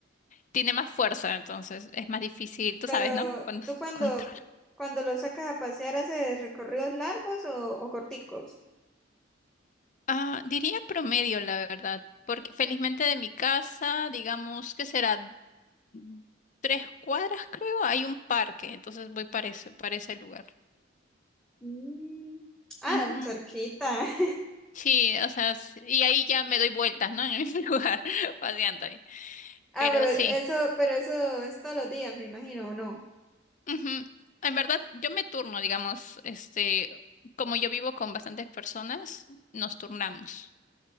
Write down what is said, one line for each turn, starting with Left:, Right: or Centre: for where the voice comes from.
Left: tiene más fuerza, entonces es más difícil, tú
Centre: Pero
Left: sabes, ¿no? Cuando
Centre: tú
Left: <laughs> se
Centre: cuando,
Left: controla.
Centre: cuando los sacas a pasear, ¿haces recorridos largos o o corticos?
Left: Ah, diría promedio, la verdad, porque felizmente de mi casa, digamos que será mm, tres cuadras, creo, hay un parque, entonces voy para ese, para ese lugar.
Centre: Mm. Ah,
Left: Ujú.
Centre: cerquita. <laughs>
Left: Sí, o sea, s- y ahí ya me doy vueltas, ¿no? <laughs> En el mismo <laughs> lugar, paseando ahí.
Centre: Ah,
Left: Pero
Centre: pero eso,
Left: sí,
Centre: pero eso es todos los días, me imagino, ¿o no?
Left: ujú. En verdad, yo me turno, digamos, este, como yo vivo con bastantes personas, nos turnamos,